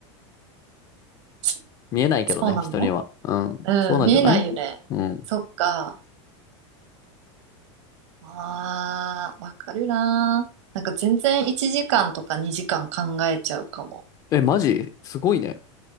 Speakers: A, on the right (about 65°); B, on the left (about 20°).
A: そ
B: 見えないけどね、
A: そうなの
B: 人には。うん、
A: うん見えないよねそっか
B: そうなんじゃないうん。
A: ああわかるななんか全然1時間とか2時間考えちゃうかも
B: え、マジすごいね。